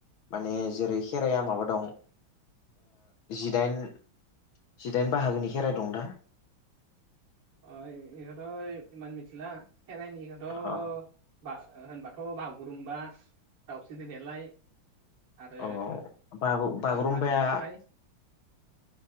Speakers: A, on the left; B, on the right.
A: माने जेरै खेराइाया माबा दं ओ
B: अ
A: जिदाइन बाहागोनि खेराइ दं दा
B: अ इहथ' इमान मिथिला हेरनि इहथ'
A: अ
B: ब होनबाथ' बागुरुमबा दाउस्रि दैेदेरलाय आरो
A: औ बागु बागुरुम्बाया
B: मा मा दंबावोथाय